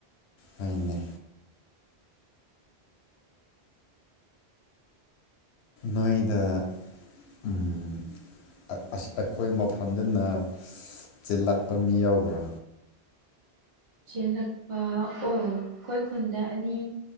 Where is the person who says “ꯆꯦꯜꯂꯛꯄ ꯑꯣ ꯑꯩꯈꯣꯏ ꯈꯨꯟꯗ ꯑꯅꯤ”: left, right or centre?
Right